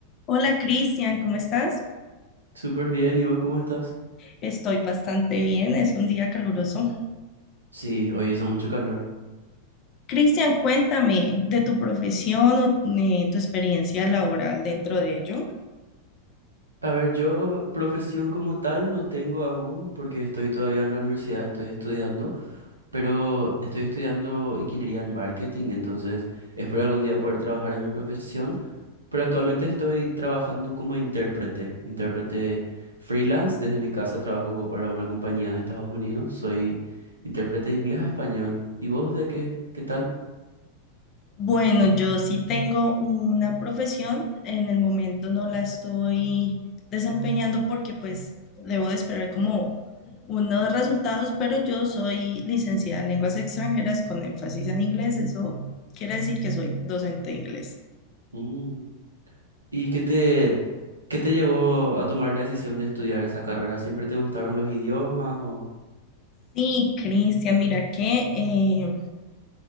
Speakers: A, on the left; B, on the right.
A: Hola Cristian, ¿cómo estás?
B: Súper bien, ¿y vos cómo estás?
A: Estoy bastante bien, es un día caluroso.
B: Sí, hoy hizo mucho calor.
A: Cristian, cuéntame de tu profesión o eh, tu experiencia laboral dentro de ello.
B: A ver, yo profesión como tal no tengo aún porque estoy todavía en la universidad, estoy estudiando, pero estoy estudiando ingeniería en marketing, entonces espero algún día poder trabajar en mi profesión, pero actualmente estoy trabajando como intérprete, intérprete freelance, desde mi casa trabajo para una compañía de Estados Unidos, soy intérprete de inglés a español. ¿Y vos de qué? ¿Qué tal?
A: Bueno, yo sí tengo una profesión, en el momento no la estoy desempeñando porque pues debo de esperar como unos resultados, pero yo soy licenciada en lenguas extranjeras con énfasis en inglés, eso quiere decir que soy docente de inglés.
B: Mm. ¿Y qué te, ¿Qué te llevó a tomar la decisión de estudiar esa carrera? ¿Siempre te gustaron los idiomas o...?
A: Sí, Cristian, mira que... eh,